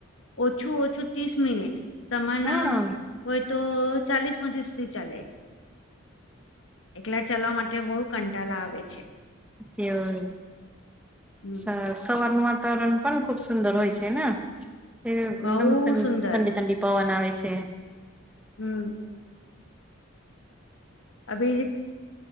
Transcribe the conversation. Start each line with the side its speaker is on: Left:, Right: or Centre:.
Left: ઓછું ઓછું ત્રીસ મિનિટ. સમાના
Centre: હા
Left: હોય તો ચાલીસ મધ સુધી ચાલે. એટલા ચલવા માટે બહુ કંટાળા આવે છે.
Centre: તેવ.
Left: હમ
Centre: સ સવાર્ણ વાતાવરણ. પણ ખુબ સુંદર હોય છે ને તે
Left: બહુ
Centre: એકદમ ઠંડી
Left: સુંદર
Centre: ઠંડી પવન આવે છે.
Left: હમ અભ